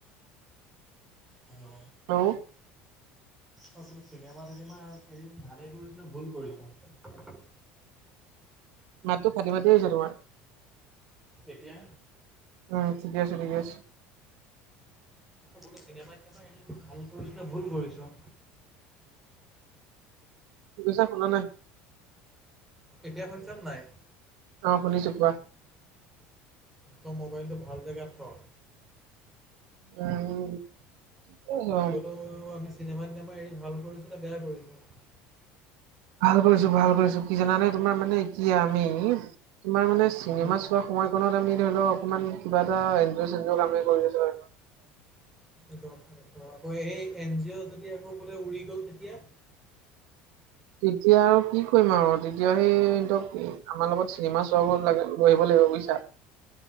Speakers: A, in the centre; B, on the right (about 70°).
A: হেল্ল
B: হেল্ল'
A: অ কিন্তু চিনেমা টিনেমা আৰু এৰি এইকেইদিন ভালে কৰিছ নে ভুল কৰিছ
B: মাতটো ফাটি ফাটি আহিছে তোমাৰ
A: এতিয়া
B: উম ঠিকে আছে ঠিক আছে
A: বোলো চিনেমা টিনেমা এৰি ভাল কৰিছো নে ভুল কৰিছো
B: কি কৈছা শুনা নাই?
A: এতিয়া শুনিছ নাই
B: অ শুনিছো কোৱা
A: তোৰ' মোবাইলটো ভাল জেগাত থ
B: উম অ সেয়ত
A: বলো আমি চিনেমা চিনেমা এৰি ভাল কৰিছো নে বেয়া কৰিছো
B: ভাল কৰিছো ভাল কৰিছো কি জানানে তোমাৰ মানে কি আমি তোমাৰ মানে চিনেমা
A: উম
B: চোৱা সময় কনত আমি ধৰি লও অকনমান কিবা এটা এনজয় চেনজয় কামেই কৰি আছো
A: আকৌ এই এন জি অ' যদি আকৌ বোলে উৰি গ'ল তেতিয়া
B: তেতিয়া আৰু কি কৰিম আৰু তেতিয়া সেহতক আমাৰ লগত চিনেমা চোৱাব লাগে লৈ আহিব লাগিব বুজিছা